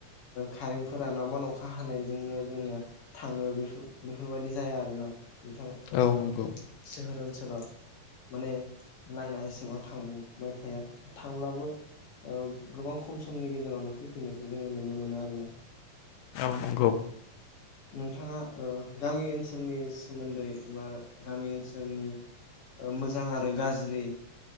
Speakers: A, on the left; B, on the left.
A: खारें फोरा नावमान अखा हानायजोंनो जोंनिया थाङो बे बेफोरबायदि जाया आरोना। बिथां ओ
B: औ नंगौ
A: सोहोर ओनसोलाव माने लाइना एसेबां थांबाय थाया थांब्लाबो गोबां खम समनि गेजेरावनो फैफिननायखौ जोङो नुनो मोनो आरोना
B: औ नंगौ
A: नोंथाङा गामि ओनसोलनि सोमोन्दै एबा गामि ओनसोलनि मोजां आरो गाज्रि